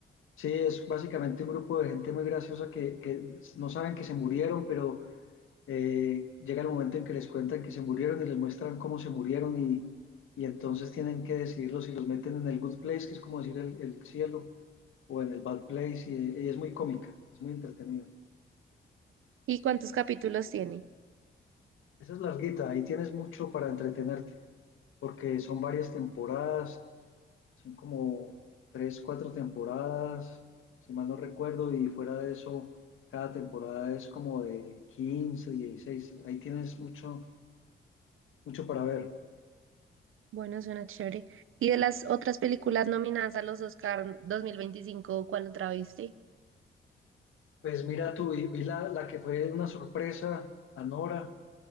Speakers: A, on the left (about 75°); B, on the right (about 80°).
A: Sí, es básicamente un grupo de gente muy graciosa que, que no saben que se murieron, pero eh, llega el momento en que les cuentan que se murieron y les muestran cómo se murieron y, y entonces tienen que decidirlo si los meten en el Good Place, que es como decir el el cielo o en el Bad Place y, y es muy cómica, es muy entretenida.
B: ¿Y cuántos capítulos tiene?
A: Esa es larguita, ahí tienes mucho para entretenerte, porque son varias temporadas, son como tres, cuatro temporadas, si mal no recuerdo, y fuera de eso, cada temporada es como de quince dieciséis ahí tienes mucho, mucho para ver.
B: Bueno, suena chévere. ¿Y de las otras películas nominadas a los Oscar 2025 cuál otra viste?
A: Pues mira tú, y vi la, la que fue una sorpresa Anora